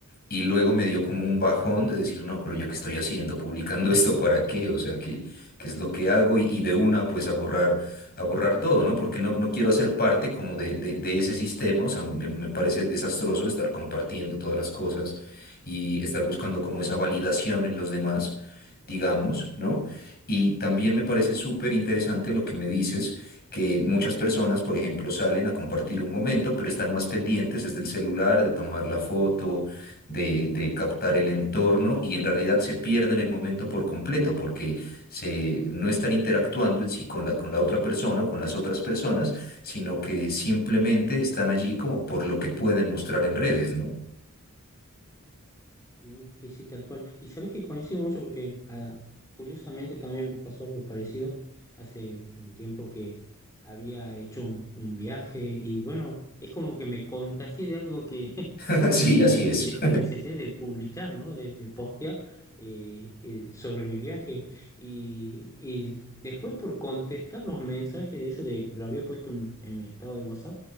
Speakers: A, on the left; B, on the left.
A: Y luego me dio como un bajón de decir, no, pero yo qué estoy haciendo, publicando <laughs> esto para qué, o sea, qué, qué es lo que hago y, y de una pues a borrar a borrar todo, ¿no? Porque no, no quiero hacer parte como de, de, de ese sistema, o sea, me, me parece desastroso estar compartiendo todas las cosas y estar buscando como esa validación en los demás, digamos, ¿no? Y también me parece súper interesante lo que me dices, que muchas personas, por ejemplo, salen a compartir un momento, pero están más pendientes, es del celular, de tomar la foto, de, de captar el entorno y en realidad se pierden el momento por completo, porque se, no están interactuando en sí con la, con la otra persona o con las otras personas, sino que simplemente están allí como por lo que pueden mostrar en redes, ¿no?
B: Sí, sí, sí, tal cual. Y sabes que coincido mucho porque ah, curiosamente también me pasó algo parecido hace un tiempo que había hecho un, un viaje y bueno, es como que me contagié de algo que, <laughs>
A: <laughs> Sí,
B: que
A: así es.
B: de esta necesidad de publicar, ¿no? De, de postear eh, eh, sobre mi viaje. Y, y después por contestar los mensajes de eso, de que lo había puesto en en mi estado de WhatsApp